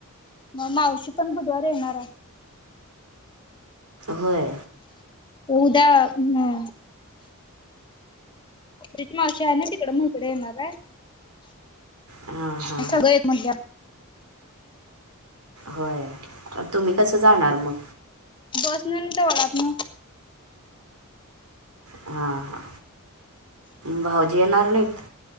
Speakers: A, on the left; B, on the right.
A: मग मावशी पण बुधवार येणार आहे
B: होय.
A: उद्या हम्म रुची मावशी आहे ना तिकडं मी इकडे येणार आहे.
B: हा हा.
A: सगळं येत म्हटल्या
B: होय तुम्ही कसं जाणार मग?
A: बसणून तेवढ्यात म.
B: हा हा भाऊ येणार नाहीत.